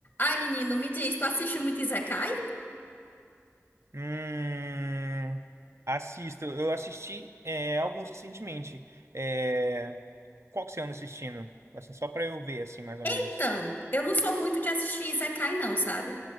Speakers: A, on the left; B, on the right.
A: Ai, menino, me diz, tu assiste muito Isekai?
B: Hum, assisto. Eu assisti é, alguns recentemente. É, qual que você anda assistindo? Assim, só pra eu ver, assim, mais ou
A: Então,
B: menos.
A: eu não sou muito de assistir Isekai, não, sabe?